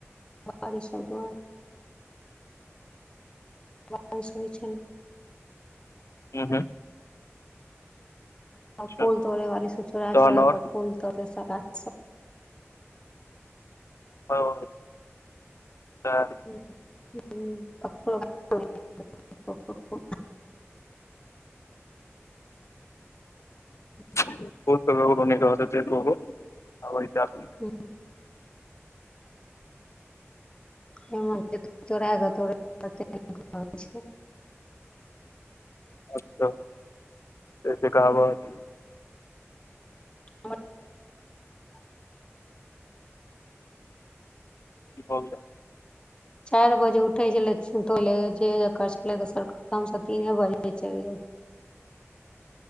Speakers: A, on the left (about 20°); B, on the left (about 75°).
A: बारिस सभ दइ बारिश होइ छै। ने
B: ह हँ अच्छा
A: फूल तोड़ैवाली सभ चोरा
B: तहन
A: चोरी
B: आओर
A: फूल
B: हँ
A: तोड़ै छै, सभ गाछके।
B: ह तऽ
A: <unintelligible> <inaudible>
B: बहुत करो न रह छ बहु आब चू <unintelligible>
A: हू हेमंत एथिन चोरै क तोड़े <unintelligible>
B: अच्छा, एसे कहबात?
A: <unintelligible> <unintelligible>
B: ई भऽ गेलै
A: चारि बजे उठै छलै, तोड़ि लैत छलै जे जेकर छलै। दोसर तऽ हमसँ तीन बजे चलि जाइत।